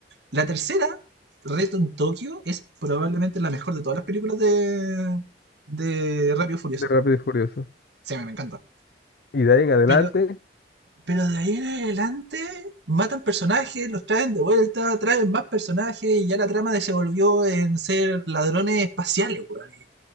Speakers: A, on the right; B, on the left.
A: La tercera, Reto en Tokio, es probablemente la mejor de todas las películas de, de Rápido y Furioso.
B: de Rápido y Furioso.
A: Sí, a mí me encanta.
B: Y de ahí en adelante,
A: Pero Pero de ahí en adelante matan personajes, los traen de vuelta, traen más personajes y ya la trama de se volvió en ser ladrones espaciales, weón. ¿Y